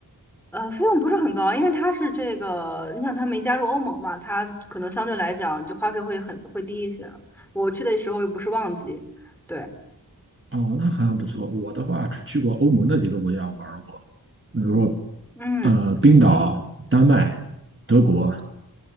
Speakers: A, in the centre; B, on the right.
A: 呃，费用不是很高，因为它是这个，你想它没加入欧盟嘛，它可能相对来讲就花费会很会低一些。我去的时候又不是旺季，对。
B: 哦，那还不错。我的话只去过欧盟的几个国家玩儿过，比如说
A: 嗯
B: 呃冰岛、丹麦、德国